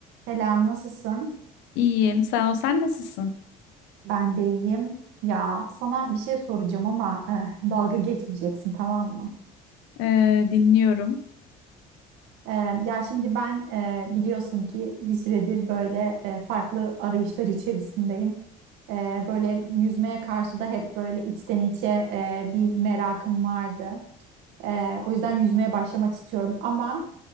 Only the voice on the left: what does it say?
İyiyim, sağ ol. Sen nasılsın?
Ee, dinliyorum.